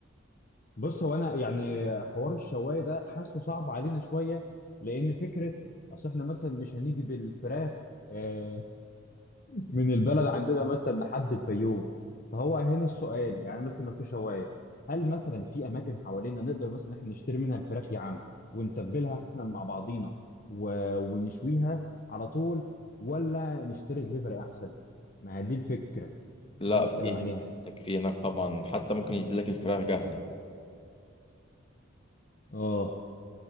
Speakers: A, on the left; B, on the left.
A: بص هو انا يعني حوار الشوايه ده حاسه صعب علينا شويه لان فكره اصل احنا مثلا مش هنيجي بالفراخ آه، من البلد عندنا مثلا لحد الفيوم فهو هنا السؤال يعني مثلا لو في شوايه هل مثلا في اماكن حوالينا نقدر مثلا احنا نشتري منها الفراخ يا عم ونتبلها احنا مع بعضينا و... ونشويها على طول ولا نشتري دليفري احسن ما هي دي الفكره
B: لا
A: اللي انا بتكلم
B: في
A: عليها يعني
B: في هناك طبعا حتى ممكن يديلك الفراخ جاهزة
A: اه